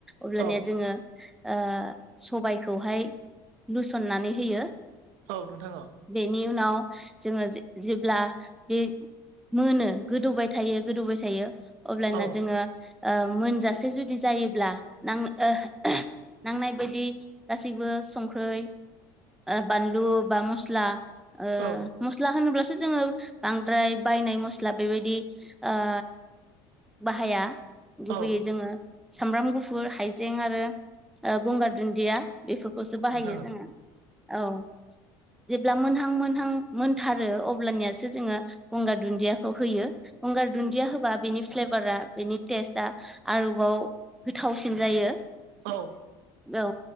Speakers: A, in the centre; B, on the right.
A: अब्लाानया
B: औ
A: जोङो ओ सबायखौहाय लुसननानै होयो।
B: औ नोंथां औ
A: बेनि उनाव जोङो जेब्ला बे मोनो गोदौबाय थायो गोदौबाय थायो अब्लाना
B: औ
A: जोङो मोनजासे जुदि जायोब्ला नां नांनाय बायदि गासैबो संख्रै ओ बानलु बा मस्ला
B: औ
A: ओ
B: औ
A: मस्ला होनोब्ला थ' जोङो बांद्राय बायनाय मस्ला बेबायदि ओ बाहाया
B: औ
A: गुबैयै जोङो सामब्राम गुफुर हाइजें आरो गंगार दुन्दिया बेफोरखौसो बाहायो
B: नोंथां औ
A: जोङो औ जेब्ला मोनहां मोनहां मोनथारो अब्लानियासो जोङो गंगार दुन्दियाखौ होयो गंगार दुन्दिया होबा बिनि फ्लेभारा बेनि टेस्टआ आरोबाव गोथावसिन जायो
B: औ
A: औ